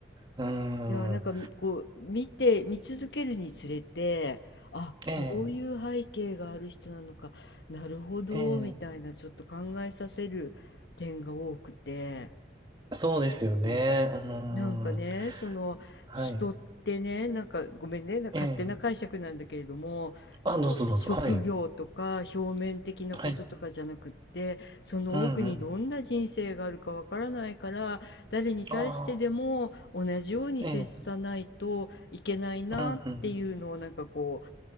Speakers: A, on the right; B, on the left.
A: うん。
B: いや、なんか、こう、見て、見続けるにつれて、あ、
A: ええ、
B: こういう背景がある人なのか、なるほど、
A: ええ。
B: みたいな、ちょっと考えさせる点が多くて、
A: そうですよね。
B: うん
A: うん。
B: なんかね、その人ってね、
A: はい。
B: なんかごめんね、なんか勝手な解釈なんだけれども、
A: ええ。あ、
B: こう職業とか表面的なこととかじゃなくって、
A: どうぞどうぞ。はい。はい。
B: その奥にどんな人生があるかわからないから、
A: うんうん。
B: 誰に対してでも同じように接さないといけないなっていうのをなんかこ
A: ああ。ええ。うんうん。